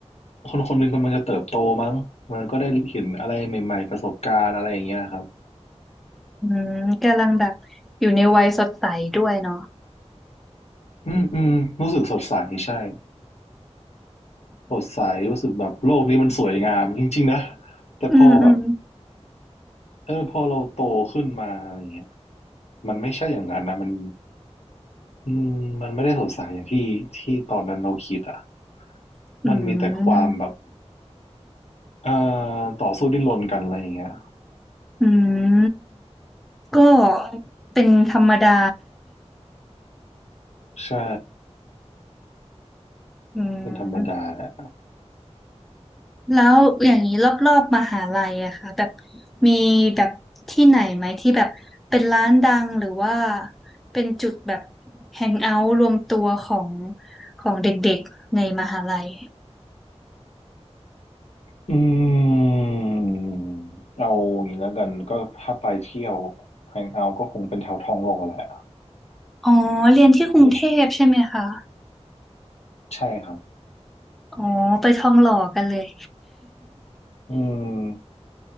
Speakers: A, on the left (about 70°); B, in the centre.
A: คนคนหนึ่งกำลังจะเติบโตมั้งมันก็ได้เห็นอะไรใหม่ๆประสบการณ์อะไรอย่างเงี้ยครับ
B: อืมกำลังแบบอยู่ในวัยสดใสด้วยเนาะ
A: อืมอืมรู้สึกสดใสใช่สดใสรู้สึกแบบโลกนี้มันสวยงามจริงๆนะแต่พอแบบ
B: อืมอืม
A: เออพอเราโตขึ้นมาอะไรเงี้ยมันไม่ใช่อย่างนั้นนะมันอืมมันไม่ได้สดใสอย่างที่ที่ตอนนั้นเราคิดอ่ะ
B: อืม
A: มันมีแต่ความแบบเอ่อต่อสู้ดิ้นรนกันอะไรอย่างเงี้ย
B: อืมก็เป็นธรรมดา
A: ใช่
B: อื
A: เป็นธรรมดาแหละ
B: มแล้วอย่างนี้รอบๆมหาลัยอะค่ะแบบมีแบบที่ไหนไหมที่แบบเป็นร้านดังหรือว่าเป็นจุดแบบแฮงเอาท์รวมตัวของของเด็กๆในมหาลัย
A: อืมเอาอย่างนี้แล้วกันก็ถ้าไปเที่ยวแฮงเอาท์ก็คงเป็นแถวทองหล่อแหละ
B: อ๋อเรียนที่กรุงเทพใช่ไหมคะ
A: ในใช่ครับ
B: อ๋อไปทองหล่อกันเลย
A: อืม